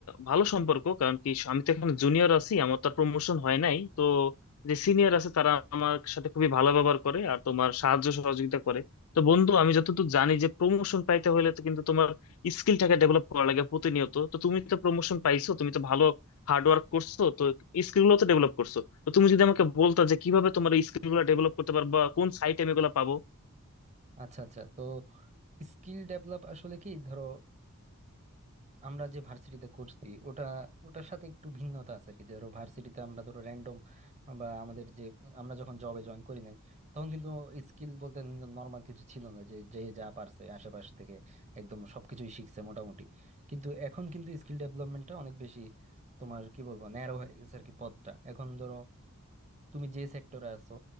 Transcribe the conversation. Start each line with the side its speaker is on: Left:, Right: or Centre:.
Left: ভালো সম্পর্ক কারণ কি আমি তো এখন জুনিয়র আছি আমার তো প্রমোশন হয় নাই তো যে সিনিয়র আছে তারা আমার সাথে খুবই ভালো ব্যবহার করে আর তোমার সাহায্য সহযোগিতা করে তো বন্ধু আমি যতটুকু জানি যে প্রমোশন পাইতে হলে তো কিন্তু তোমার স্কিলটাকে ডেভেলপ করা লাগে প্রতিনিয়ত তো তুমি তো প্রমোশন পাইছো তুমি তো ভালো হার্ড ওয়ার্ক করছো তো স্কিল গুলো তো ডেভেলপ করছো তো তুমি যদি আমাকে বলতা যে কিভাবে তোমার এই স্কিল গুলো ডেভেলপ করতে পারবা কোন সাইটে আমি এগুলো পাবো
Right: আচ্ছা আচ্ছা তো স্কিল ডেভেলপ আসলে কি ধরো আমরা যে ভার্সিটিতে করছি ওটা ওটার সাথে একটু ভিন্নতা আছে আর কি ধরো ভার্সিটিতে আমরা ধরো র্যান্ডম বা আমাদের যে আমরা যখন জবে জয়েন করি নাই তখন কিন্তু স্কিল বলতে নর্মাল কিছু ছিল না যে যে যা পারছে আশেপাশ থেকে একদম সবকিছুই শিখছে মোটামুটি কিন্তু এখন কিন্তু স্কিল ডেভেলপমেন্টটা অনেক বেশি তোমার কি বলবো ন্যারো হয়ে গেছে আর কি পথটা এখন ধরো তুমি যে সেক্টরে আছো